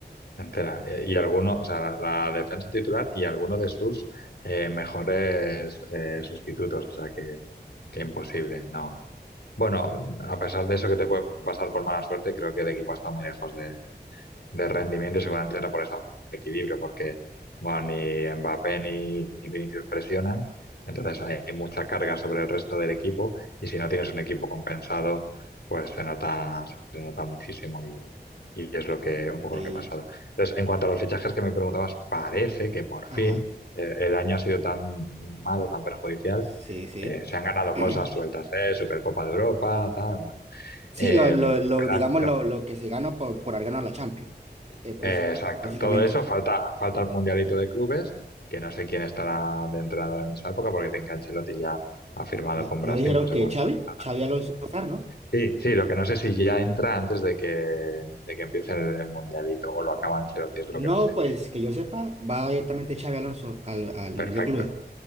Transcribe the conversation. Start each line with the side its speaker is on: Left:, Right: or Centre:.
Left: entera. Eh, Y alguno, o sea, la, la defensa titular y alguno de sus eh, mejores eh, sustitutos, o sea, que, que imposible, no. Bueno, a pesar de eso que te puede pasar por mala suerte, creo que el equipo ha estado muy lejos de, de rendimiento y seguramente era por esa equilibrio, porque bueno, ni Mbappé ni ni Vinicius presionan, entonces hay mucha carga sobre el resto del equipo y si no tienes un equipo compensado, pues se nota, se nota muchísimo y, y es lo que, un poco
Right: Sí,
Left: lo que ha pasado. Entonces, en cuanto a los fichajes que me preguntabas, parece que por fin
Right: ajá.
Left: eh, el año ha sido tan malo, tan perjudicial,
Right: Sí, sí.
Left: eh, se han ganado
Right: <clears throat>
Left: cosas sueltas, ¿eh? Supercopa de Europa, tal, bueno.
Right: Sí,
Left: Eh,
Right: lo, lo, lo-
Left: pero
Right: digamos
Left: ha sido,
Right: lo, lo que se gana por, por haber ganado la Champions. Eh,
Left: Eh,
Right: Eso,
Left: Exacto,
Right: básicamente.
Left: todo eso, falta, falta el mundialito de clubes, que no sé quién estará de entrenador en esa época, porque Tinka Ancelotti ya ha firmado
Right: No,
Left: con
Right: no
Left: Brasil,
Right: dijeron
Left: no sé
Right: que
Left: cuándo
Right: Xavi,
Left: empezará.
Right: Xavi Alonso va a estar, ¿no?
Left: Sí, sí, lo que no sé si ya entra antes de que, de que empiece el, el mundialito, o lo acaba Ancelotti, es
Right: No,
Left: lo que no sé.
Right: pues que yo sepa, va directamente Xavi Alonso al, al
Left: Perfecto.
Right: Mundial de Clubes.